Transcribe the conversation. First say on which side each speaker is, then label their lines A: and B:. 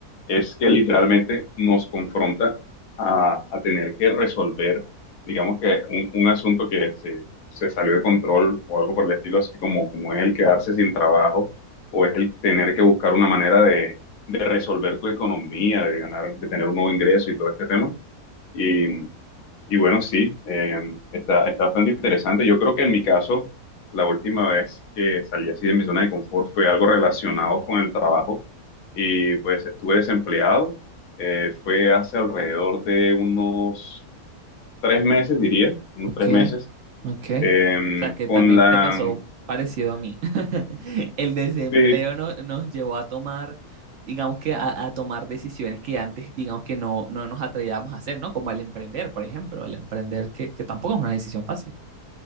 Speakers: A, on the left; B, on the right.
A: es que literalmente nos confronta a, a tener que resolver, digamos que un, un asunto que se, se salió de control o algo por el estilo, así como, como es el quedarse sin trabajo o es el tener que buscar una manera de, de resolver tu economía, de ganar, de tener un nuevo ingreso y todo este tema y, y bueno, sí, eh, está, está bastante interesante. Yo creo que en mi caso, la última vez que salí así de mi zona de confort fue algo relacionado con el trabajo y pues estuve desempleado. Eh, fue hace alrededor de unos tres meses, diría, unos
B: Ok,
A: tres meses,
B: ok.
A: eh,
B: O sea que
A: con
B: también
A: la,
B: te pasó parecido a mí. <laughs> El desempleo
A: sí,
B: no- nos llevó a tomar, digamos que a, a tomar decisiones que antes, digamos que no, no nos atrevíamos a hacer, ¿no? Como el emprender, por ejemplo, el emprender que, que tampoco es una decisión fácil.